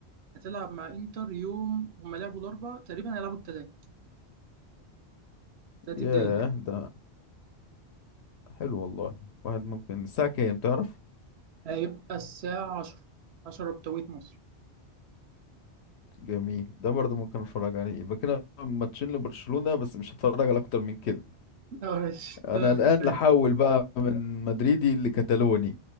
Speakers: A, on the right (about 70°); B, on the left (about 75°).
A: هتلعب مع إنتر يوم هما لعبوا الأربع تقريبا هيلعبوا التلات التلات الجاي
B: ياه
A: ده
B: ده حلو والله واحد ممكن الساعه كام تعرف
A: هيبقى الساعة عشرة عشرة بتوقيت مصر
B: جميل ده برضه ممكن اتفرج عليه يبقى كده ماتشين لبرشلونه بس مش هتفرج على اكتر من كده
A: <laughs> اه ماشي
B: انا
A: تمام
B: الان
A: كفاية
B: لحول بقى من مدريدي لكتالوني